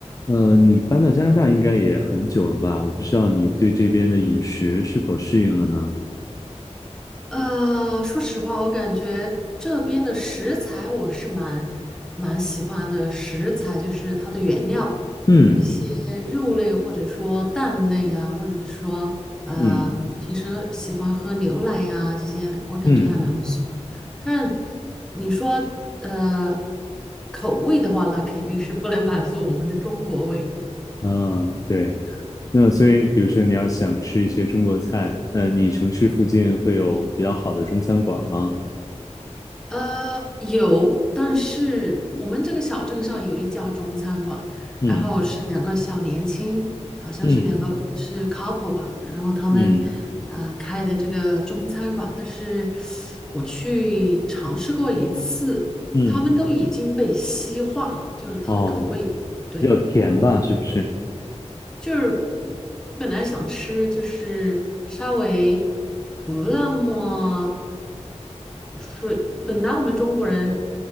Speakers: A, on the left; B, in the centre.
A: 呃，你搬到加拿大应该也很久了吧？我不知道你对这边的饮食是否适应了呢？
B: 呃，说实话，我感觉这边的食材我是蛮蛮喜欢的。食材就是它的原料，
A: 嗯
B: 一些肉类或者说蛋类啊，或者说呃，
A: 嗯
B: 平时喜欢喝牛奶呀、这些，我感觉还蛮不错。
A: 嗯，
B: 但是你说呃口味的话，那肯定是不能满足我们的中国味的。
A: 啊，对。那所以，
B: 嗯。
A: 比如说你要想吃一些中国菜，呃，你城市附近会有比较好的中餐馆吗？
B: 呃，有，但是我们这个小镇上有一家中餐馆，
A: 嗯
B: 然后是两个小年轻，好像是两个是
A: 嗯
B: couple 吧，然后他们
A: 嗯
B: 嗯、呃开的这个中餐馆，但是我去尝试过一次，
A: 嗯，
B: 他们都已经被西化了，就是它的口味，
A: 哦，
B: 对。
A: 比较甜吧，是不是？
B: 就是本来想吃，就是稍微不那么水本来我们中国人